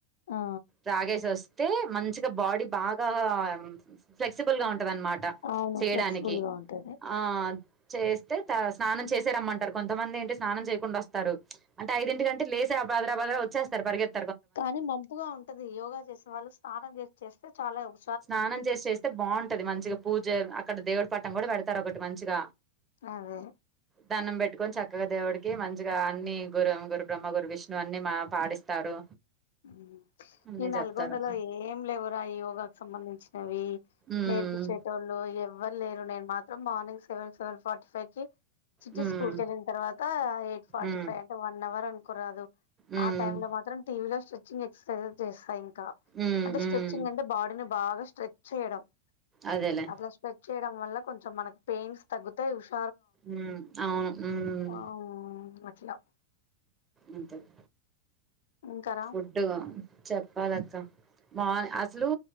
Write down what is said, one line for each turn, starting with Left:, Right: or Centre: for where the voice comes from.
Left: ఆ,
Right: తాగే‌సి వస్ తే మంచిగా బాడి బా గా ఫ్లెక్స్ సిబుల్ గా ఉంటదనమాట
Left: అవును
Right: చెయ్యడానికి
Left: ఫ్లెక్సిబుల్ గా ఉంటది
Right: ఆ చేస్తే త స్నానం చేసే రమ్మంటారు కొంతమంది ఏంటే స్నానం చేయకుండొస్తారు అంటే ఐదింటికంటే లేస్ తె బగ్రా బగ్రా వచ్చేస్తారు పరిగేత్
Left: కానీ మంపుగా ఉంటది యోగా చేసే వాళ్ళు స్నానం చేసి చేస్తే చాలా ఉ
Right: స్నానం చేసి చేస్తే బాగుంటది మంచిగ పూజ అక్కడ దేవుడి పటం కూడ పెడతారు ఒకటి మంచిగ
Left: అదే
Right: దండం పెట్టుకొని చక్కగా దేవుడికి మంచిగా అన్ని గురు గురుబ్రహ్మ గురు విష్ణువు అన్ని మా పాడిస్తారు
Left: మ్మ్
Right: అన్ని
Left: ఈ నల్గొండ
Right: చెప్తారు
Left: లో ఏం లెవు రా ఆ యోగ సంబంధించి నవి
Right: ఉమ్
Left: నేర్పిచ్చేటోళ్ళు ఏవ్ ఎవరు లేరు నేను మాత్రం morning seven seven forty five కి చిట్టి
Right: ఉమ్
Left: స్కూల్ కి వెళ్ళిన తర్వాత ఎయిట్ ఫార్టీ
Right: ఉమ్
Left: ఫైవ్ అంటే వన్ అవర్ అనుకోరాదు
Right: ఉమ్
Left: ఆ టైమ్ లో మాత్రం టీ వి లో చూస్ స్ట్రెచింగ్ ఎక్సర్సైజ్ చేస్తా ఇం క
Right: ఉమ్
Left: అంటె
Right: ఉమ్
Left: స్ట్రెచింగ్ అంటె బాడినే బాగ స్ట్రెచ్ చేయడం
Right: అదేలే
Left: అట్ల స్ట్రెచ్ చేయడం వల్ల కొంచెం మన పెయిన్స్ తగ్గుతాయ్ ఉష్
Right: మ్మ్ అవును మ్మ్
Left: ఆ <unintelligible>
Right: ఇంతక్
Left: ఇంకారా
Right: ఫుడ్డు గా చెప్పాలక్క మా అసలు